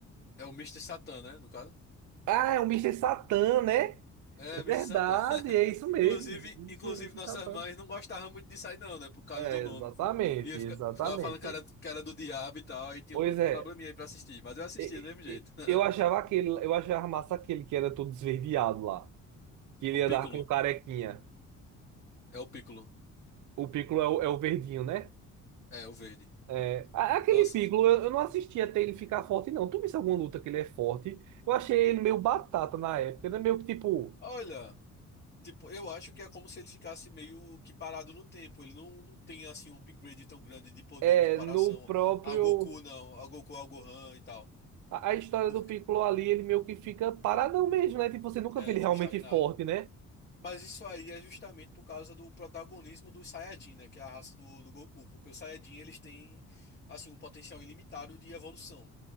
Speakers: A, on the left (about 35°); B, on the right (about 75°).
A: É o Mister Satan, né? No caso.
B: Ah, é o Mister Satan, né?
A: É,
B: É verdade,
A: Mister Satan. <laughs>
B: é isso
A: Inclusive,
B: mesmo. Você,
A: inclusive
B: você
A: nossas
B: está falando.
A: mães não gostavam muito disso aí, não, né? Por causa
B: É,
A: do nome.
B: exatamente,
A: E eu fica-
B: exatamente.
A: ficava falando que era, que era do diabo e tal, aí tinha
B: Pois
A: um
B: é,
A: probleminha aí pra assistir. Mas eu assistia
B: e-
A: do mesmo jeito.
B: e-
A: <laughs>
B: eu achava aquele, eu achava massa aquele que era todo esverdeado lá, que ele
A: O
B: ia
A: Piccolo.
B: dar com carequinha.
A: É o Piccolo.
B: O Piccolo é o, é o verdinho, né?
A: É, o verde.
B: É, a- aquele
A: Nossa,
B: Piccolo, eu, eu não assisti até ele ficar forte, não. Tu viste alguma luta que ele é forte? Eu achei ele meio batata na época, ele é meio que tipo,
A: olha. Tipo, eu acho que é como se ele ficasse meio que parado no tempo. Ele não, não tem assim um upgrade tão grande de poder
B: é,
A: em comparação
B: no próprio.
A: ao Goku, não, ao Goku, ao Gohan e tal.
B: A, a história
A: Porque
B: do Piccolo ali, ele meio que fica paradão mesmo, né? Tipo, você nunca
A: é,
B: vê ele
A: fica
B: realmente
A: estagnado.
B: forte, né?
A: Mas isso aí é justamente por causa do protagonismo dos Saiyajin, né, que é a raça do, do Goku, porque os Saiyajin eles têm assim um potencial ilimitado de evolução.